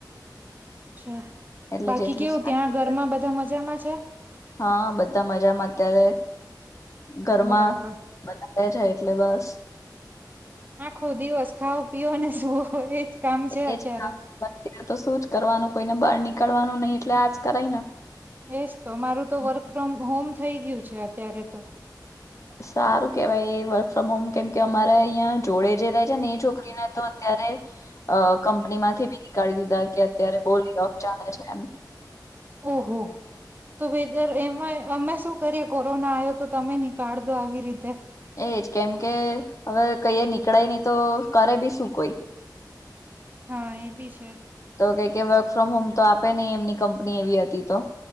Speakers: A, on the right; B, on the left.
A: અચ્છા
B: એટલે
A: બાકી
B: જેટલું
A: કેવું
B: સાચું
A: ત્યાં ઘરમાં બધા મજામાં છે?
B: હા બધા મજામાં અત્યારે ઘરમાં
A: બરાબર
B: બધારે છે, એટલે બસ
A: આખો દિવસ ખાઓ પીઓ ને સુુવો એજ કામ છે,
B: એજ
A: અત્યારે
B: કામ બસ. તો શું જ કરવાનું કોઈને બહાર નીકળવાનું નહી એટલે આજ કરાય ને
A: એજ તો મારું
B: હમ.
A: તો વર્ક ફ્રોમ હોમ થઈ ગયું છે, અત્યારે તો
B: સારું કેવાય વર્ક ફ્રોમ હોમ કેમ કે અમારે અહં જોડે જે ર છે, ને એ છોકરીને તો અત્યારે કંપનીમાંથી બી નીકાળી દીધા કે અત્યારે બોલી ઓફ ચાલે છે, એમ
A: ઓહો તો બેજર એમાં અમે શું કરીએ કોરોના આવ્યો તો તમે નીકાળ દો આવી રીતે
B: એજ કેમ કે હવે કઈ નીકળાય નહી તો કરે બી શું કોઈ
A: હા એ બી છે.
B: તો કે કે વર્ક ફ્રોમ હોમ તો આપે નહી એમની કંપની એવી હતી તો